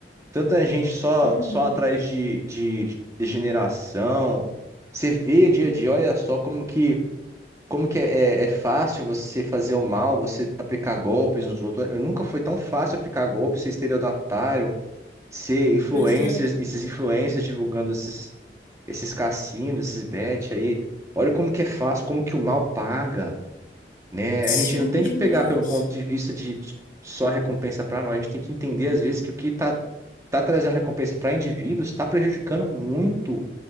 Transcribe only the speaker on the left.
uhum,
Pois é.
Sim,
demais.